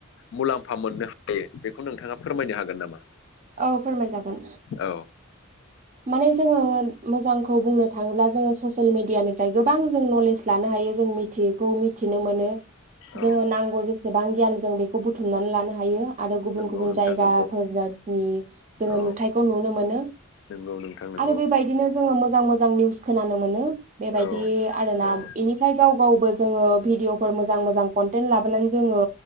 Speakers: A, on the left; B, on the right.
A: मुलाम्फा मोननो हायो बेखौ नोंथाङा फोरमायनो हागोन नामा
B: औ फोरमाय जागोन
A: औ
B: माने जोङो मोजांखौ बुंनो थाङोब्ला जोङो ससियेल मिडियानिफ्राय गोबां जों नलेज लानो हा यो जों मिथियैखौ मिथिनो मोनो
A: औ
B: जोङो नांगौ जेसेबां गियान जों बेखौ बुथुमनानै लानो हायो आरो गुबुन
A: नंगौ
B: गुबुन
A: नोंथां
B: जायगाफोरानि
A: नंगौ
B: जोङो
A: औ
B: नुथायखौ नुनो मोनो
A: नंगौ नोंथां नंगौ
B: आरो बेबायदिनो जोङो मोजां मोजां निउस खोनानो मोनो बेबायदि
A: औ
B: आरोना
A: औ
B: इनिफ्राय गाव गावबो जोङो भिडिअफोर मोजां मोजां कन्टेन लाबोनानै जों जोङो